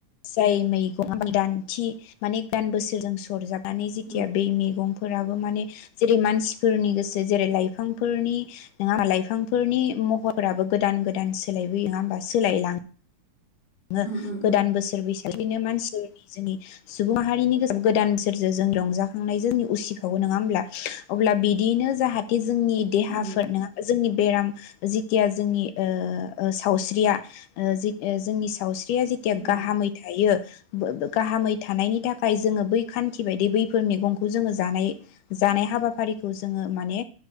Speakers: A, on the left; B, on the right.
A: जाय मैगं <unintelligible> माने बोसोरजों सरजाब नानै जेथिया
B: उम
A: बेै मेगं फोराबो माने जेरै मानसिफोरनि गोसो जेरै लाइफांफोरनि नङा लाइफांफोरनि महराबो गोदान गोदान सोलायबोयो नङा होमबा सोलायलाङो। ओ
B: उम उम
A: गोदान
B: उम
A: बोसोर बैसो मानसिफोरनि जोंनि सुबुं माहारिनि गोदान सोरजों जों रंजाखांनायजों उसिफावो नङा होमब्ला अब्ला बिदियैनो जाहा थे जोंनि देहाफोर
B: औ
A: नङा होमबा जोंनि बेराम जेतिया ओ ओ जोंनि सावस्रिया ओ जो जोंनि साव स्रिया जेतिया
B: उम
A: गाहामै थायो गाहामै थानायनि थाखाय जोङो बै खान्थि बायदि बैफोर मैगंखौ जोङो जानाय जानाय हाबाफारिखौ जोङो माने